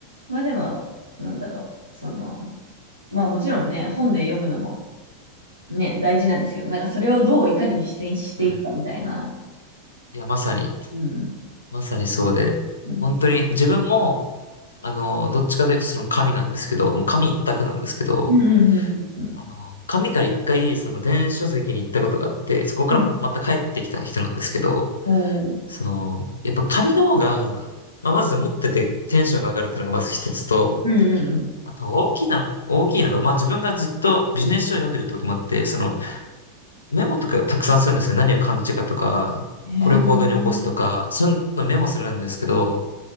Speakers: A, on the right; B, on the left.
A: まあでも、なんだろう、その、まあもちろんね、本で読むのもね、大事なんですけど、なんかそれをどういかに実践していくかみたいな。
B: はい。いや、まさに、
A: うん。
B: まさにそうで、
A: うん。
B: 本当に自分も、あの、どっちかというとその紙なんですけど、もう紙一択なんですけど、
A: うんうんうんうん
B: あの、紙から一回その電子書籍に行ったことがあって、そこからまた帰ってきた人なんですけど、
A: うん。うおー
B: その、やっぱ紙の方が、まあ、まず持っててテンションが上がるっていうのがまず一つと、
A: うんうん
B: あと大きいな、大きいのが、まあ自分がずっとビジネス書を読んでるってこともあって、そのメモとかたくさんするんですね。何を感じたかとか、
A: うん。
B: これを行動に起こすとか、
A: へえ。
B: そういうのメモするんですけど、